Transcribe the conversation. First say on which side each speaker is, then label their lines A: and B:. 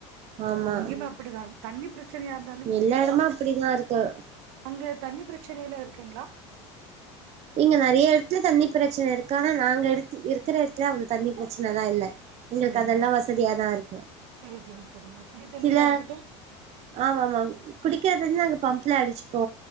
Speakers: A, on the right; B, on the right.
A: ஆமா
B: இங்கயுமே அப்படிதாங் தண்ணி பிரச் ச்சனையா இருந்தாலும்
A: எல்லா
B: செரி
A: எடமு அப்டிதா இருக்கு
B: அங்க தண்ணி பிரச்சனை எல்லா இருக்குங்களா
A: இங்க நெறைய எடத்துல தண்ணி பிரச்சன இருக்கு ஆனா நாங்க எடுத்து இருக்கற எடத்துல அவ்ள் தண்ணி பிரச்சனல்லா இல்ல. எங்களுக்கு
B: சரிங்க
A: அதெல்லா வசதியா தா இருக்கு.
B: சரி சரி சரிங்க குடி தண்ணீரா
A: சில
B: இருக்கட்டு
A: ஆமாமாங் குடிக்கற தண்ணி நாங்க பம்ப்ல அடிச்சு ப்போ